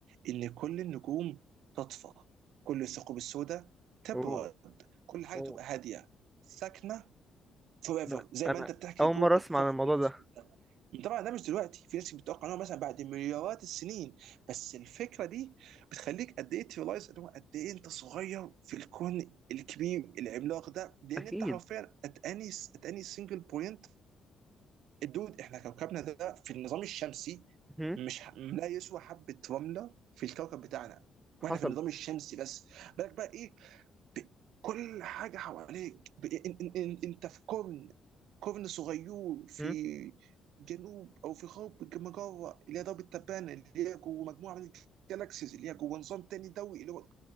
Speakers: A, on the right (about 85°); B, on the right (about 15°).
A: ان كل النجوم تطفى كل الثقوب السوداء تبرد
B: اوه
A: كل حاجه
B: اوه
A: تبقى هاديه ساكنه فور ايفر
B: انا
A: زي
B: انا
A: ما انت بتحكي
B: اول
A: جوه
B: مره اسمع
A: الثقب
B: عن الموضوع
A: الاسود
B: ده
A: ده طبعا ده مش دلوقتي في ناس بتتوقع ان هو مثلا بعد مليارات السنين بس الفكره دي بتخليك قد ايه تريلايز ان هو قد ايه انت صغير في الكون الكبير العملاق ده لان
B: اكيد
A: انت حرفيا ات اني ات اني سنجل بوينت الدود احنا كوكبنا ده في النظام الشمسي
B: مهم.
A: مش ح... لا يسوى حبه رمله في الكوكب بتاعنا
B: حصل
A: واحنا في النظام الشمسي بس بالك بقى ايه ب- كل حاجه حواليك ب- إن- إن- إن- انت في قرن قرن صغير في
B: مهم.
A: جنوب او في غرب مجره اللي هي درب التبانه اللي هي جوه مجموعه من الجالاكسيز اللي هي جوه نظام تاني ضوئي اللي هو